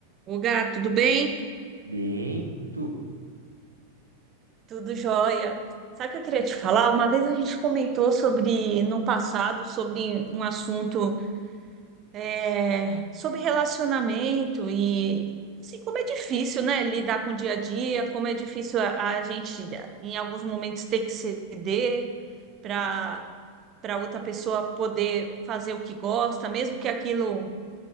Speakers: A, on the right; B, on the right.
A: Ô, gato, tudo bem?
B: Bem, e tu?
A: Tudo jóia. Sabe o que eu queria te falar? Uma vez a gente comentou sobre, no passado, sobre um assunto, é, sobre relacionamento e assim, como é difícil, né, lidar com o dia a dia, como é difícil a, a gente, em alguns momentos, ter que ceder para para outra pessoa poder fazer o que gosta, mesmo que aquilo,